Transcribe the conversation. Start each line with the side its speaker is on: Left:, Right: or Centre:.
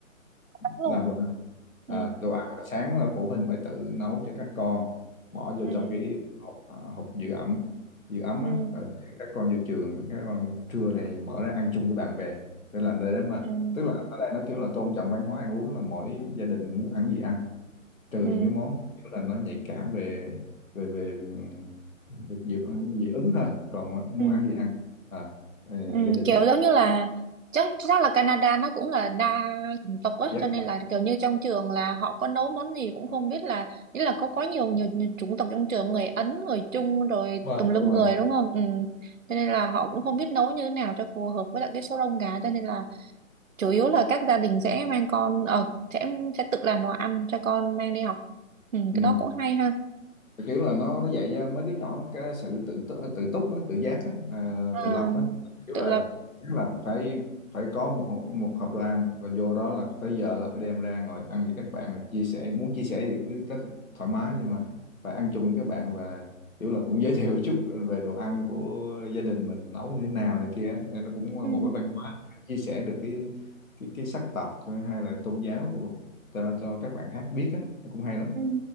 Right: Đúng
Left: làm
Right: luôn.
Left: đồ ăn à,
Right: Ừ,
Left: đồ ăn buổi sáng là phụ huynh phải tự nấu cho các con bỏ vô
Right: ừ,
Left: trong cái hộp, à, hộp giữ ẩm giữ ấm
Right: ừ,
Left: á rồi để các con vô trường các con trưa thì mở ra ăn chung với bạn bè tức là để mà
Right: ừ,
Left: tức là ở đây nó kiểu là tôn trọng văn hóa ăn uống là mỗi gia đình muốn ăn gì ăn trừ
Right: ừ,
Left: những cái món kiểu là nó nhạy cảm về về về ừm, dị, dị dị ứng thôi còn muốn
Right: ừ.
Left: ăn gì ăn à, ờ,
Right: Ừm,
Left: gia đình
Right: kiểu
Left: sẽ
Right: giống như là chắc chắc là Canada nó cũng là đa chủng tộc á
Left: dắt
Right: cho nên là kiểu như trong trường là họ có nấu món gì cũng không biết là nghĩa là có quá nhiều nhiều, nhiều chủng tộc trong trường người Ấn người Trung rồi
Left: đúng rồi
Right: tùm lum
Left: đúng rồi
Right: người đúng không Ừm, cho nên là họ cũng không biết nấu như thế nào cho phù hợp với lại cái số đông gà cho nên là chủ yếu là các gia đình sẽ mang con ờ sẽ sẽ tự làm đồ ăn cho con mang đi học Ừm,
Left: ừ.
Right: cái đó cũng hay ha
Left: kiểu là nó nó dạy cho mấy đứa nhỏ nó cái sự tự tu- tự túc á, tự giác á, à,
Right: Ờ,
Left: tự lập á kiểu
Right: tự
Left: là
Right: lập
Left: tức là phải phải có một hộp- một hộp đồ ăn và vô đó là tới giờ là phải đem ra ngồi ăn với các bạn là chia sẻ muốn chia sẻ thì cứ rất thoải mái nhưng mà phải ăn chung với các bạn và kiểu là cũng giới thiệu <laughs> chút về đồ ăn của gia đình mình nấu như thế nào này kia á. nên nó cũng
Right: Ừ.
Left: một cái văn hóa chia sẻ được cái cái cái sắc tộc hay là tôn giáo của- cho cho các bạn khác biết á nó cũng hay lắm
Right: Ừ.